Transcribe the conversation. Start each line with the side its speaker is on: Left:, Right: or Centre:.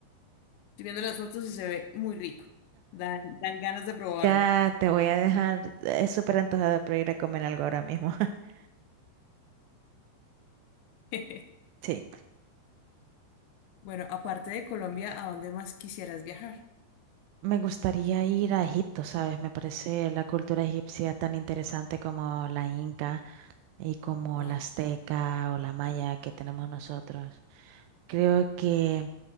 Left: viendo las fotos y se ve muy rico. Dan, dan ganas de probarlo.
Right: Ya te voy a dejar eh, súper antojada por ir a comer algo ahora mismo. <laughs>
Left: <laughs>
Right: Sí,
Left: Bueno, aparte de Colombia, ¿a dónde más quisieras viajar?
Right: me gustaría ir a Egipto, ¿sabes? Me parece la cultura egipcia tan interesante como la inca y como
Left: Wow.
Right: la azteca o la maya que tenemos nosotros. Creo que